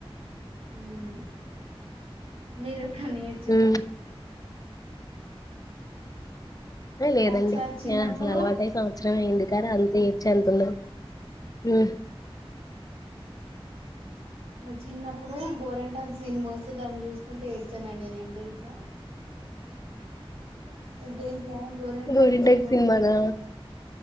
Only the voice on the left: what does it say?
హ్మ్ ఆ లేదండి
నేను అసలు అలవాటై సంవత్సరం అయ్యింది కాని అంత ఏడ్చే అంతుండదు హమ్
గోరింటాకు
సినిమానా